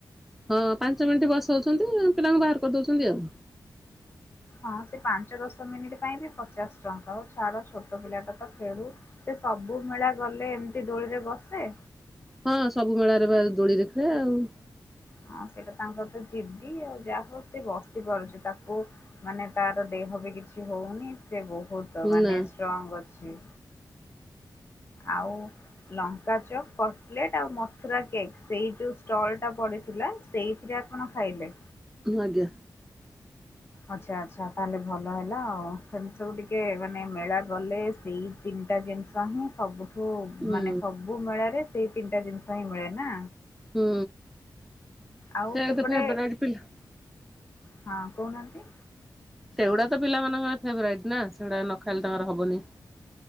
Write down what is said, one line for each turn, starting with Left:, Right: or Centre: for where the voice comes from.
Centre: ହଁ ପାଞ୍ଚ ମିନିଟ୍ ବସଉଛନ୍ତି ପିଲାଙ୍କୁ ବାହାର କରିଦଉଛନ୍ତି ଆଉ।
Left: ହଁ ସେ ପାଞ୍ଚ ଦଶ ମିନିଟ ପାଇଁ ବି ପଚାଶ ଟଙ୍କା ହଉ ଛାଡ ଛୋଟ ପିଲାଟା ତ ଖେଳୁ ଏ ସବୁ ମେଳା ଗଲେ ଏମିତି ଦୋଳିରେ ବସେ
Centre: ହଁ ସବୁ ମେଳାରେ ବା ଦୋଳିରେ ଖେଳେ ଆଉ
Left: ହଁ ସେଇଟା ତାଙ୍କର ତ ଯିଦି ଆଉ ଯାହା ହଉ ସେ ବସି ପାରୁଚି ତାକୁ ମାନେ ତାର ଦେହ ବି କିଛି ହଉନି ସେ ବହୁତ ମାନେ
Centre: ନା
Left: ଷ୍ଟ୍ରଙ୍ଗ ଅଛି। ଆଉ ଲଙ୍କା ଚକ୍ କକଲେଟ ଆଉ ମଥୁରା କେକ୍ ସେଇ ଯୋଉ ଷ୍ଟଲ ଟା ପଡିଥିଲା ସେଇଥିରେ ଆ ପଣ ଖାଇଲେ।
Centre: ଆଜ୍ଞା।
Left: ଆଚ୍ଛା ଆଛା ତାହେଲେ ଭଲ ହେଲା ଆଉ ସେମିତି ସବୁ ଟିକେ ମାନେ ମେଳା ଗଲେ ସେଇ ତିନିଟା ଜିନିଷ ହିଁ ସବୁଠୁ
Centre: ହୁଁ
Left: ମାନେ ସବୁ ମେଳାରେ ସେଇ ତିନିଟା ଜିନିଷ ହିଁ ମିଳେ ନା।
Centre: ହୁଁ
Left: ଆଉ
Centre: ସେତ
Left: ସେପଟେ
Centre: ଫେବରାଇଟ୍ ପିଲା।
Left: ହଁ କହୁନାହାନ୍ତି।
Centre: ସେଗୁଡା ତ ପିଲାମାନଙ୍କର ଫେଭରାଇଟ୍ ନା, ସେଗୁଡାକ ନଖାଇଲେ ତାଙ୍କର ହବନି।